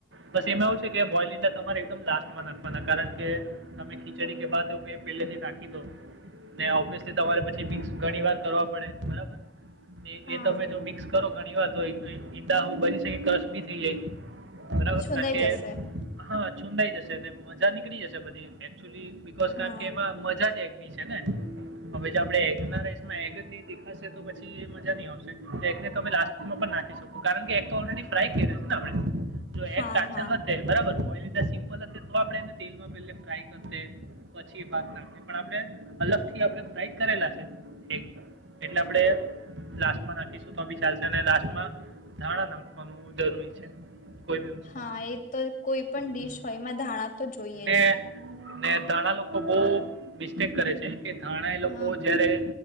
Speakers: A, on the right; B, on the left.
A: બસ એમાં એવું છે કે બોલ ઇડા તમારે એકમ લાસ્ટમાં નાખવાના કારણ કે, તમે ખીચડી કે ભાત એવુ કઈ પલેથી નાખી દો, ને ઓબ્વીયસલી તમારે પછી મિક્સ ઘણી વાર કરવા પડે બરાબર? એ
B: હા
A: એ તમે જો મિક્સ કરો ઘણી વાત હોય, તો ઈ ઈંડા બરી શકે, કસ બી થઈ જાય. બરાબર
B: છુંંદાઈ
A: કાકે,
B: જશે
A: હા. છુંદાઈ જશે ને મજા નીકળી જશે બધી એ ક્ચુલી, બીકોઝ
B: હા
A: કાળકે એમાં મજા જ એ ની છે ને, હવે જો આપડે એગ ના રાઈસ એગ જ ની દે ખાસે તો પછી એ મજા નહી આવશે, એગને તમે લાસ્ટમાં પણ નાખી શકો કારણકે એગ તો ઓલ્ડરેડી ફ્રાય કૈરા છે ને આપણે? જો
B: હા
A: એક કાચા
B: હા
A: હતા બરાબર હોય એવી રીતે સિમ્પલ અજ તો આપડે એને તેલમાં પેલે ફ્રાય કરતે, પછી એ ભાત નાખતે પણ આપણે અલગ થી આપણે ફ્રાય કરેલા છે. <unintelligible> એટલે આપણેે લાસ્ટમાં નાખીશું તો બી ચાલશે અને લાસ્ટમાં ધાણા નાખવાનું જરૂરી છે. કોઈ બી વસ્તુમાં
B: હા એ તો કોઈ પણ ડીશ
A: હમ
B: હોય, એમાં ધાણા તો જોઈએ
A: ને
B: જ.
A: ને ધાણા લોકો બહુ મિસ્ટેક કરે છે. કે ધાણા એ લોકો
B: હા
A: જ્યારે